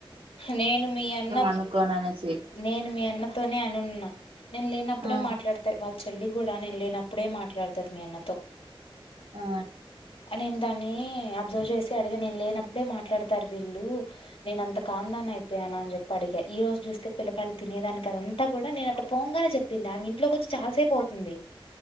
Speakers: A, on the left; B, on the right.
A: నేను మీ అన్న
B: అనుకోను అనేసి
A: నేను మీ అన్నతోనే అనున్నా నేను లేనప్పుడే
B: ఆ
A: మాట్లాడతా వాళ్ చెల్లి కూడా నేను లేనప్పుడే మాట్లాడుతది మీ అన్నతో
B: ఆ
A: నేను దాన్ని అబ్జర్వ్ చేసి అడిగ నేను లేనప్పు మాట్లా <unintelligible> వీళ్ళు నేను అంత కందని అయిపోయాను అని చెప్పి అడిగ ఈ రోజు చూస్తే పిల్లాక తినేదానికి <unintelligible> అంత కూడా నేన అట్టు పోగానే చెప్పింది ఆమె ఇంట్లోకి వచ్చి చాలాసేపు అవుతుంది